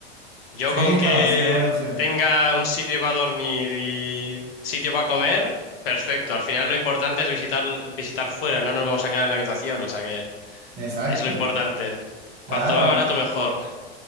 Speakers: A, on the left; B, on the right.
A: Yo
B: Sí,
A: con que
B: no, es una buena opción.
A: tenga un sitio para dormir y sitio para comer, perfecto. Al final lo importante es visitar, visitar fuera, no nos vamos a quedar en la habitación, o sea que
B: Exacto.
A: es lo importante.
B: Claro,
A: Cuanto más barato, mejor.